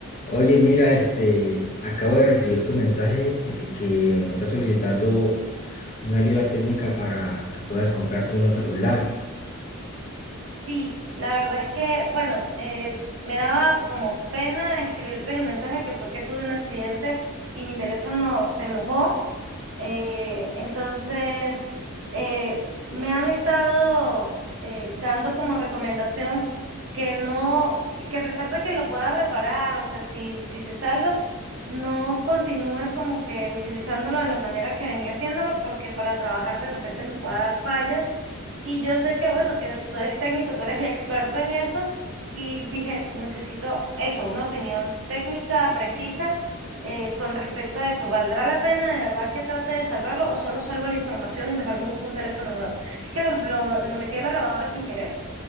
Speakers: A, on the left; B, on the right.
A: Oye, mira, este, acabo de recibir tu mensaje en el que me estás solicitando una ayuda técnica para que puedas comprarte un nuevo celular.
B: Sí, la verdad es que, bueno, eh, me daba como pena escribirte el mensaje que fue que tuve un accidente y mi teléfono se mojó. Eh, entonces, eh, me han estado eh, dando como recomendación que no, que a pesar de que lo pueda reparar, o sea, si, si se salva, no continúe como que utilizándolo de la manera que venía haciéndolo, porque para trabajar de repente me pueda dar fallas. Y yo sé que, bueno, que tú eres técnico, tú eres el experto en eso. Y dije, necesito eso, una opinión técnica precisa eh, con respecto a eso, ¿valdrá la pena de verdad que trate de salvarlo o solo salvo la información y mejor me busco un teléfono nuevo? Es que lo, lo, lo metí a la lavadora sin querer.